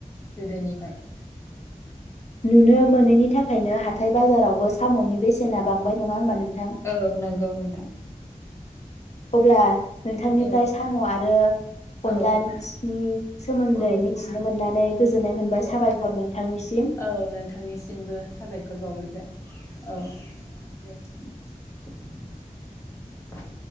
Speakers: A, on the left; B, on the left.
A: गोदोनि <inaudible>
B: नुनो मोनैनि थाखायनो हाथाय बाजारावबो साम'नि बेसेना बांबाय नङा होनबा नों
A: औ नंगौ नोंथां।
B: अब्ला नोंथांनिफ्राय
A: औ
B: साम'या आरो
A: औ
B: अनलानि सोमोन्दै
A: औ
B: मिथिनो मोननानै गोजोननाय मोनबाय
A: औ
B: साबायखर नोंथांनिसिम।
A: औ नोंथांनिसिमबो साबायखर बावहरबाय। औ दे होनबा।